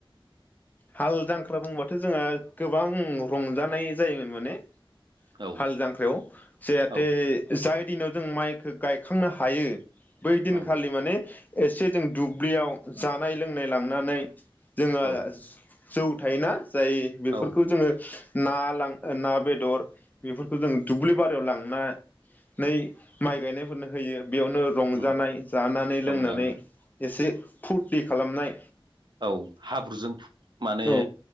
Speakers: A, on the left (about 20°); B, on the right (about 55°).
A: हाल जांख्रा बुंबाथ' जोंहा गोबां रंजानाय जायोमोन माने
B: औ
A: हाल जांख्रायाव जाहाथे
B: औ
A: जाय दिनाव जों माइखौ गायखांनो हायो। बै दिनखालि
B: औ
A: माने एसे जों दुब्लियाव जानाय लोंनाय लांनानै जोङो।
B: औ
A: जौ थायोना। जाय बेफोरखौ
B: औ
A: जोङो ना लां ना बेदर बेफोरखौ जों दुब्लि बारियाव लांनानै माइ गायनायफोरनो होयो। बेयावनो रंजानाय
B: उम
A: जानानै
B: रंजानाय
A: लोंनानै एसे फुरथि खालामनाय।
B: औ हाब्रुजों माने
A: औ